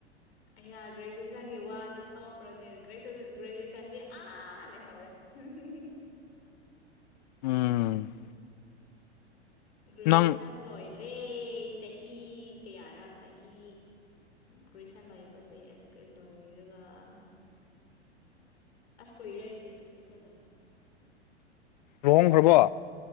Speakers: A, on the left (about 65°); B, on the left (about 40°).
A: ꯑꯩ ꯒ꯭ꯔꯦꯖꯨꯑꯦꯁꯟꯒꯤ ꯋꯥꯗꯣ ꯇꯣꯛꯈ꯭ꯔꯣꯅꯦ ꯒ꯭ꯔꯦꯖꯨꯑꯦꯁꯟꯗꯤ ꯑꯥ ꯂꯩꯍꯧꯔꯦ ꯍꯨꯝ ꯍꯨꯝ
B: ꯎꯝ
A: ꯒ꯭ꯔꯦꯖꯨꯑꯦꯁꯟ
B: ꯅꯪ
A: ꯂꯣꯏꯔꯦ ꯆꯍꯤ ꯀꯌꯥꯔ ꯆꯍꯤ ꯒꯦꯖꯌꯨꯌꯦꯁꯟ ꯂꯣꯏꯕꯁꯦ <inaudible> ꯑꯁ ꯀꯨꯏꯔꯛꯏꯁꯦ ꯒ꯭ꯔꯦꯖꯨꯌꯦꯦꯁꯟ ꯑꯣꯏꯕ
B: ꯂꯨꯍꯣꯡꯈ꯭ꯔꯕꯣ